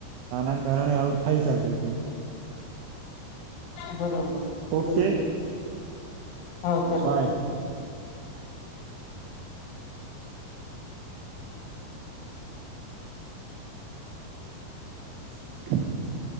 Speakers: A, on the right; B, on the left.
A: આના કારણે આવું થઈ શકે છે
B: બરોબરજ કીધું
A: ઓકે
B: તે હા ચાલો
A: બાય <inaudible>